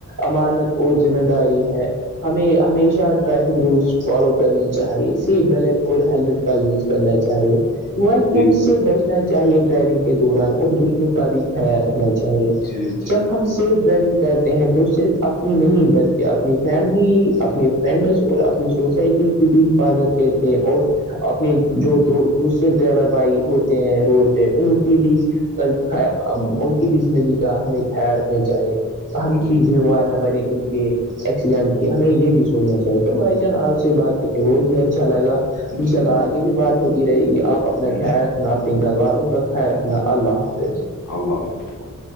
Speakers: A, on the right; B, on the left.
A: امانت اور ذمہ داری ہے ہمیں ہمیشہ ٹریفک رولس فالو کرنے چاہیے سیٹ بیلٹ اور ہیللمٹ کا یوز کرنا چاہیے موبائل فون
B: جی
A: سے بچنا چاہیے ڈرائیونگ کے دوران اور دوسروں کا بھی خیال رکھنا چیے چاہیے
B: جی جی
A: جب ہم سیف ڈرائیونگ کرتے ہیں تو صرف اپنی نہیں بلکہ اپنی فیملی اپنے فرینڈس اور اپنی سوسائٹی بھی حفاظت کرتے ہیں اور اپنے جو دوسرے ڈرائیور بھائی ہوتے رول پہ اونٹیی بھی ان کی بھی زندگی کا ہمیں خیال رکھنا چاہے ہم
B: جی
A: ہی ذمہوار
B: جی
A: نہ بنے ان کے ایکسیڈینٹ کی ہمیں یہ بھی سونا چاہی تو بھائی جان آپ سے بات کرتے بہت ہی اچھا لگا
B: جی
A: انشاء اللہ آگے بھی بات ہوتی رہے گی آپ اپنا
B: انشاء
A: خیال رکھ اپنی گلواروں کا خیال رکھنا اللہ حافظ
B: اللہ حافظک